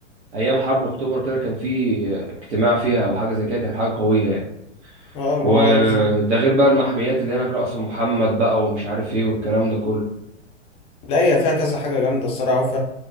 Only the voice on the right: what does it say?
ايام حرب اكتوبر كده كان في اجتماع فيها او حاجه زي كده كان حاجه قويه يعني
وده
غير بقى المحميات اللي هناك رأس محمد بقى ومش عارف ايه والكلام ده كله